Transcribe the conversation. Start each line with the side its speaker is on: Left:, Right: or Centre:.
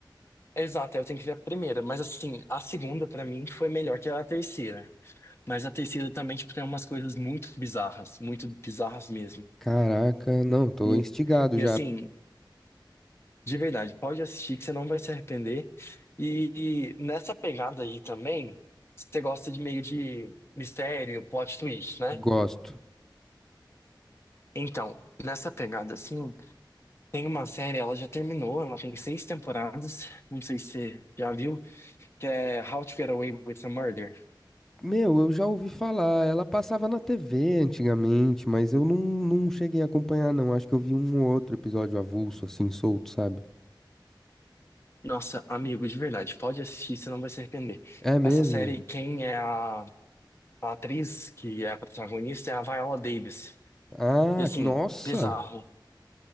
Left: Exato, eu tenho que ver a primeira. Mas assim, a segunda pra mim foi melhor que a terceira. Mas a terceira também, tipo, tem umas coisas muito bizarras, muito bizarras mesmo.
Centre: Caraca, não, tô
Left: E,
Centre: instigado
Left: e
Centre: já.
Left: assim, de verdade, pode assistir que você não vai se arrepender. E, e nessa pegada aí também, você gosta de meio de mistério, plot twist, né?
Centre: Gosto.
Left: Então, nessa pegada assim, tem uma série, ela já terminou, ela tem seis temporadas, não sei se você já viu, que é How to Get Away with a Murder.
Centre: Meu, eu já ouvi falar. Ela passava na TV antigamente, mas eu não, não cheguei a acompanhar, não. Acho que eu vi um ou outro episódio avulso, assim, solto, sabe?
Left: Nossa, amigo, de verdade, pode assistir, você não vai se arrepender.
Centre: É mesmo?
Left: Essa série, quem é a, a atriz que é a protagonista é a Viola Davis.
Centre: Ah,
Left: E assim,
Centre: nossa!
Left: bizarro,